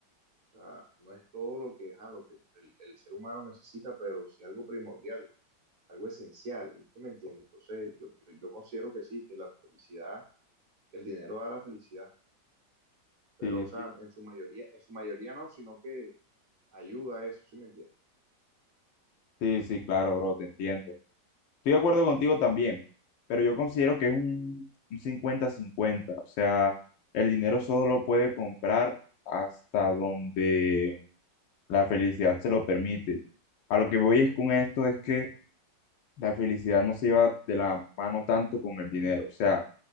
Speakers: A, on the right; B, on the left.
A: sea, no es todo lo que, ajá, lo que el, el ser humano necesita, pero sí algo primordial, algo esencial, ¿sí me entiende? Entonces, yo, yo, yo considero que sí, que la felicidad, que el dinero da la felicidad, pero,
B: Sí,
A: o sea,
B: sí,
A: en su mayoría, en su mayoría no, sino que ayuda a eso, ¿sí me entiende?
B: sí, sí, claro, bro, te entiendo. Estoy de acuerdo contigo también, pero yo considero que es un un cincuenta 50 O sea, el dinero solo puede comprar hasta donde la felicidad se lo permite. A lo que voy es con esto es que la felicidad no se lleva de la mano tanto con el dinero. O sea,